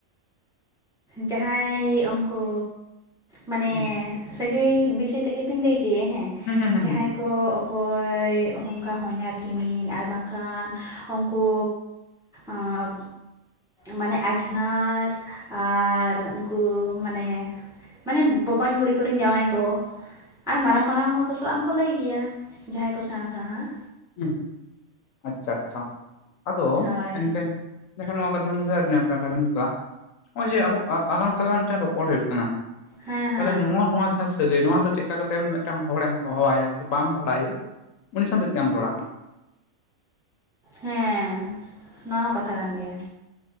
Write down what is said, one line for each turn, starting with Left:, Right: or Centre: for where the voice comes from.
Centre: ᱡᱟᱸᱦᱟᱸᱭ ᱚᱝ ᱠᱚ ᱢᱟᱱᱮ
Left: ᱦᱩᱸ
Centre: ᱥᱟᱹᱜᱟᱹᱭ ᱵᱤᱥᱚᱭ ᱛᱮᱜᱮ ᱛᱚᱧ ᱞᱟᱹᱭ ᱚᱪᱚᱭᱟ ᱦᱮᱸ,
Left: ᱦᱩᱸ ᱦᱩᱸ
Centre: ᱡᱟᱦᱟᱸᱭ ᱠᱚ ᱚᱠᱚᱭ ᱚᱱᱠᱟ ᱦᱚᱧᱦᱟᱨ ᱠᱤᱢᱤᱱ ᱟᱨ ᱵᱟᱝᱠᱷᱟᱱ ᱩᱱᱠᱩ ᱟᱵ ᱢᱟᱱᱮ ᱟᱡᱽᱡᱷᱱᱟᱨ ᱟᱨ ᱩᱱᱠᱩ ᱢᱟᱱᱮ ᱢᱟᱱᱮ ᱵᱚᱠᱚᱧ ᱜᱩᱲᱤ ᱠᱚᱨᱮᱱ ᱡᱟᱶᱟᱭ ᱠᱚ᱾ ᱟᱨ ᱢᱟᱨᱟᱝ ᱢᱟᱨᱟᱝ ᱦᱚᱲ ᱠᱚ ᱥᱟᱞᱟᱜ ᱦᱚᱸᱠᱚ ᱞᱟᱹᱭ ᱜᱮᱭᱟ ᱡᱟᱦᱟᱸᱭ ᱠᱚ ᱥᱮᱬᱟ ᱥᱮᱬᱟ ᱦᱟᱸ᱾
Left: ᱦᱩ, ᱟᱪᱪᱷᱟ, ᱟᱪᱪᱷᱟ, ᱟᱫᱚ
Centre: ᱦᱳᱭ
Left: ᱮᱱᱛᱮ ᱢᱮᱱᱠᱷᱟᱱ ᱱᱚᱣᱟ ᱠᱟᱛᱷᱟᱢ <unintelligible> <unintelligible> <unintelligible> ᱞᱮᱠᱟ, ᱱᱚᱜᱼᱚᱭ ᱡᱮ ᱟᱵᱚ ᱟᱜᱟᱢ ᱛᱟᱞᱟᱢ ᱴᱷᱮᱱ ᱢᱤᱫᱴᱮᱱ ᱨᱚᱯᱚᱲ ᱦᱩᱭᱩᱜ ᱠᱟᱱᱟ᱾
Centre: ᱦᱮᱸ, ᱦᱮᱸ,
Left: ᱛᱟᱞᱦᱮ ᱱᱚᱣᱟ ᱱᱚᱣᱟ ᱡᱟᱦᱟᱸ ᱥᱟᱹᱜᱟᱹᱭ ᱱᱚᱣᱟ ᱫᱚ ᱪᱮᱫᱠᱟ ᱠᱟᱛᱮᱢ ᱢᱤᱫᱴᱟᱝ ᱦᱚᱲᱮᱢ ᱦᱚᱦᱚ ᱟᱭᱟ ᱥᱮ ᱵᱟᱢ ᱵᱟᱲᱟᱭᱟ ᱩᱱᱤ ᱥᱟᱶᱫᱚ ᱪᱮᱫᱟᱢ ᱨᱚᱲᱼᱟ,
Centre: ᱦᱮᱸ ᱱᱚᱶᱟ ᱦᱚᱸ ᱠᱟᱛᱷᱟ ᱠᱟᱱ ᱜᱮᱭᱟ᱾